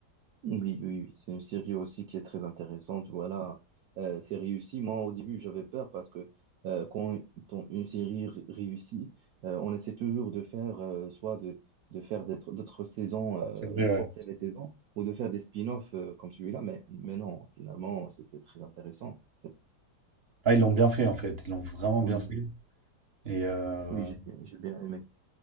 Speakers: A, on the right; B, on the right.
A: Oui, oui, oui, c'est une série aussi qui est très intéressante. Voilà, Euh, c'est réussi. Moi, au début, j'avais peur parce que euh, quand on- une série r- réussit, euh, on essaie toujours de faire euh, soit de, de faire d'être- d'autres saisons, euh,
B: Ah, C'est vrai,
A: de
B: ouais.
A: forcer les saisons, ou de faire des spin-offs euh, comme celui-là. Mais, mais non, finalement, c'était très intéressant. en fait.
B: Ah, ils l'ont bien fait en fait, ils l'ont vraiment
A: Oui,
B: bien fait. Et euh,
A: oui, j'ai bien, j'ai bien aimé.